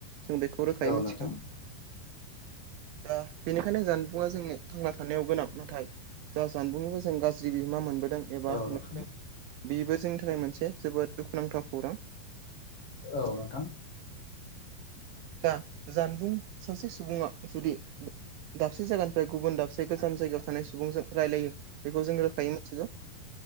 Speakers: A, on the right; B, on the left.
A: जों बेखौ रोखायै
B: औ
A: मिथिखागौ
B: नोंथां <inaudible>
A: दा बेनिखायनो जानबुङा जोंनो थांना थानायाव गोनां नाथाय जा सानबुंनिबो जों गाज्रि बिहोमा मोनबोदों एबा
B: औ नोंथां
A: नुबोदों बेबो जोंनि थाखाय मोनसे जोबोद दुखुनांथाव खौरां
B: औ नोंथां
A: दा जानबुं सासे सुबुङा जुदि दाबसे जायगानिफ्राय गुबुन दाबसे गोजाम जायगायाव थानाय सुबुंजों रायलायो बेखौ जों रोखायै मिथिगौ